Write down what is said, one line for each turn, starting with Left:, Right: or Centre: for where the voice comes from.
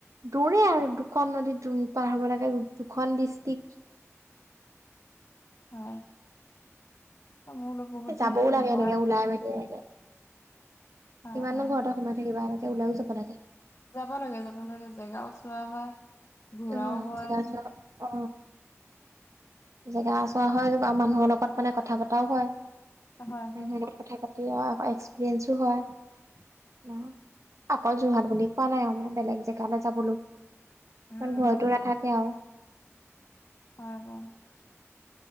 Right: দোৰে আৰু দুখন নদী পাৰ হব লাগে দুখন ডিষ্ট্ৰিক।
Left: <inaudible> হয়, মই বোলো বহুত
Right: এ যাবও
Left: দিন ফোন
Right: লাগে
Left: কৰা
Right: এনেকে
Left: নাই
Right: ওলাই মেলি এনেকে
Left: অ
Right: কিমাননো
Left: অ
Right: ঘৰতে সোমাই থাকিবা, এনেকে ওলাইও যাব লাগ
Left: যাব লাগে, যাব লাগে জেগাও চোৱা হয়, ঘূৰাও
Right: অ
Left: হয়।
Right: জেগা চোৱা অ জেগা চোৱা হয়, আৰু মানুহৰ লগত মানে কথা পতাও হয়।
Left: হয় হয়
Right: মানুহলগত কথা পাতি আ আকৌ এক্সপিৰিয়েঞ্চো হয়। ন অকল যোৰহাট বুলি কোৱা নাই আৰু মানে বেলেগ জেগাত যাবলৈ ইমান
Left: উম
Right: ভয়তটো নাথাকে আৰু।
Left: হয় <inaudible>